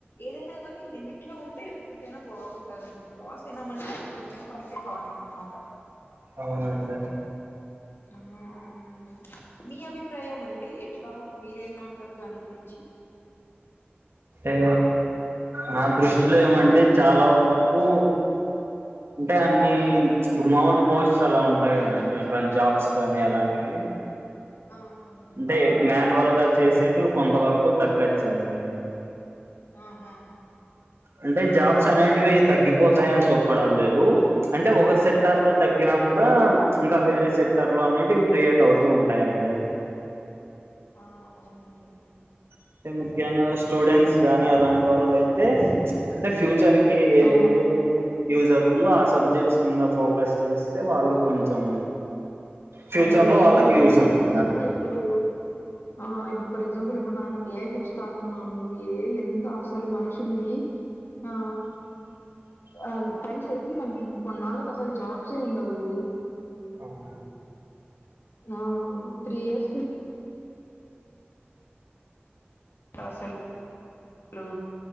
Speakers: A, on the left (about 70°); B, on the right (about 80°).
A: ఏదైనా గాని లిమిట్లో ఉంటే ఎప్పటికైనా బాగుంటదండి ప్రవాస అయినా మనకే ఎప్పటికైనా మనకే కావాలి అనమాట
B: అవునాండి
A: ఆ అవునండి మీ అభిప్రాయం అండి ఎట్లా మీరేమంటారు దాని గురించి
B: ఏ నా దృష్టిలో ఏమంటే చాలా వరకు అంటే అన్ని ఇప్పుడు మామూలు పోస్ట్స్ అలా ఉంటాయి కదండి జాబ్స్ గానీ
A: ఆ
B: అలాంటివి
A: ఆ అవును
B: అంటే మాన్యువల్గా చేసేటివి కొంత వరకు తగ్గచ్చండి
A: ఆహా
B: అంటే జాబ్స్ అనేటివి తగ్గిపోతాయని చెప్పడం లేదు అంటే ఒక సెక్టర్లో తగ్గిన కూడా ఇంకా వేరే సెక్టర్లో అనేటివి క్రియేట్ అవుతూ ఉంటాయండి
A: ఆ అవునంటడి
B: అంటే ముఖ్యంగా స్టూడెంట్స్ గానీ అలాంటి వాళ్ళయితే అంటే ఫ్యూచర్ కి ఏదైతే
A: ఆ
B: యూజ్ అవుతుందో ఆ సబ్జెక్ట్స్ మీద ఫోకస్ చేస్తే వాళ్ళు కొంచెం ఫ్యూచర్
A: అవునండి
B: లో
A: ఇప్పుడు
B: వాళ్ళకి
A: మనం
B: యూజ్ అవుతుంది
A: ఫర్ ఎగ్జాంపుల్
B: ఆ
A: ఇప్పుడు ఆ ఇప్పుడు ఫర్ ఎగ్జాంపుల్ ఇప్పుడు మనం ఏఐ చూస్తా ఉన్నాము ఏఐ ఎంత అసలు మనుషుల్ని ఆ ఆ పని చేపియదండి కొన్నాళ్ళకి అసలు జాబ్సే ఉండవు
B: అవునా
A: ఆ త్రీ ఇయర్స్‌కి అస <inaudible> లు